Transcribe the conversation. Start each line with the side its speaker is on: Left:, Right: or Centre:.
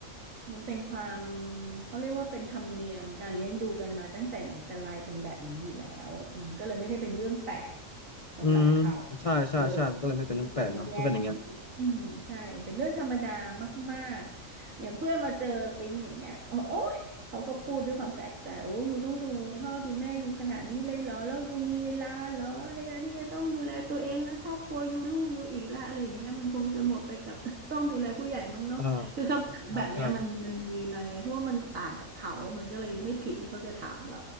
Right: มันเป็นความเขาเรียกว่าเป็นธรรมเนียมการเลี้ยงดูกันมาตั้งแต่ไหนแต่ไรเป็นแบบนี้อยู่แล้วมันก็เลยไม่ได้เป็นเรื่องแปลกสำหรับเขา
Left: อืมใช่ใช่ใช่มันก็เลยไม่เป็นเรื่องแปลกเนาะถ้าเป็นอย่างเงี้ย
Right: เลยที่ต้องมาแยกกันอยู่อืมใช่เป็นเรื่องธรรมดามากๆอย่างเพื่อนมาเจอปิ๊งอย่างเงี้ยโอ้ยเขาก็พูดด้วยความแปลกใจโอ้ยูต้องดูพ่อดูแม่อยูขนาดนี้เลยเหรอแล้วยูมีเวลาเหรอในการที่จะต้องดูแลตัวเองและครอบครัวยูลูกยูอีกละอะไรอย่างเงี้ยมันคงจะหมดไปกับ <laughs> ต้องดูแลผู้ใหญ่มั้งเนาะ
Left: อ่า
Right: คือคำถามแบบเนี้ยมันมันมีมาไงเพราะว่ามันต่างกับเขามันก็เลยไม่ผิดที่เขาจะถามเรา
Left: ใช่ใช่